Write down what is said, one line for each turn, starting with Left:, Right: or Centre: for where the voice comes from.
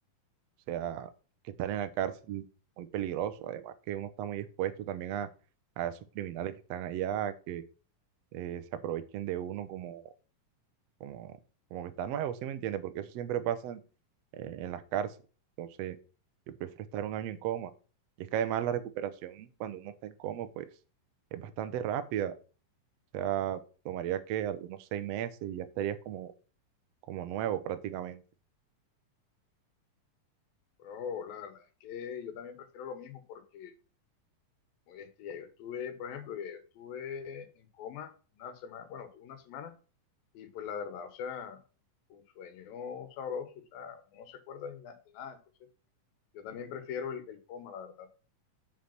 Right: sea, que estar en la cárcel muy peligroso, además que uno está muy expuesto también a, a esos criminales que están allá, que eh, se aprovechen de uno como, como, como que está nuevo, ¿sí me entiende? Porque eso siempre pasa en, eh, en las cárceles, entonces yo prefiero estar un año en coma. Y es que además la recuperación cuando uno está en coma, pues es bastante rápida, o sea, tomaría que algunos seis meses y ya estarías como, como nuevo prácticamente.
Left: Pero la verdad es que yo también prefiero lo mismo porque Oye, este bestia. Yo estuve, por ejemplo, ya yo estuve en coma una semana, bueno, tuve una semana y pues la verdad, o sea, fue un sueño sabroso, o sea, uno no se acuerda de, na- de nada, entonces yo también prefiero el, el coma, la verdad.